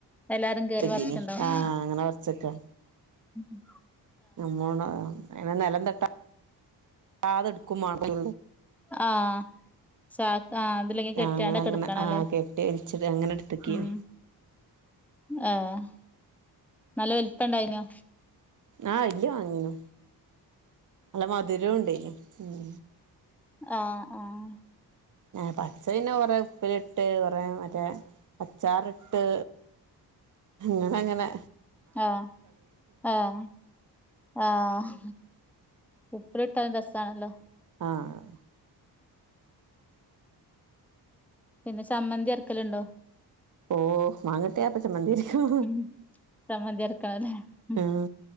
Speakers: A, in the centre; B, on the right (about 50°).
A: എല്ലാരും കേറി
B: തകിനി
A: പറിച്ച്ണ്ടാവും
B: ആ അങ്ങനെ കൊറച്ചൊക്കെ
A: ഉം ഉം
B: നമ്മോട അങ്ങനെ നെലം തട്ടാ ട്ടാതെ ഇടുക്കും മാണം
A: ആഹ് ചാക്ക് ആ ഇതിലെങ്കി കെറ്റാണ്ട
B: അങ്ങനെ അങ്ങനെ
A: കെടുക്കണല്ലേ
B: ആഹ് കെട്ടി വലിച്ചിട്ട് അങ്ങനെ എടുത്തക്കേനി
A: ഉം ആഹ് നല്ല വലിപ്പണ്ടായിനോ
B: ആ വല്യ മാങ്ങേനു നല്ല മധുരോണ്ടേനു ഉം
A: ആ ആ
B: ആ പച്ചപിന്നെ കൊറേ ഉപ്പിലിട്ട് കൊറേ മറ്റേ അച്ചാറിട്ട് അങ്ങനങ്ങനെ
A: ആഹ് ആഹ് ആഹ് ഉപ്പിലിട്ടതും രസാണല്ലോ
B: ആഹ്
A: പിന്നെ ചമ്മന്തി അരക്കലുണ്ടോ?
B: ഓ മാങ്ങട്ട്യാ അപ്പ ചമ്മന്തിയരക്കും
A: ഉം ചമ്മന്തി അരക്കണം ല്ലേ
B: ഉം